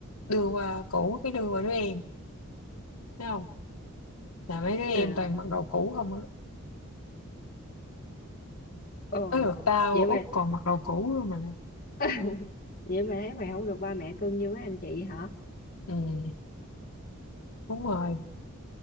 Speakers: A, on the left (about 80°); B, on the left (about 40°).
A: đưa qua cũ cái đưa qua đứa em thấy không là mấy đứa em
B: à
A: toàn mặc đồ cũ không á
B: ồ
A: tới lượt tao
B: vậy
A: Út
B: mà
A: còn mặc đồ cũ luôn mà
B: <laughs> vậy mà thấy mày không được ba mẹ cưng như mấy anh chị hả
A: ừ đúng rồi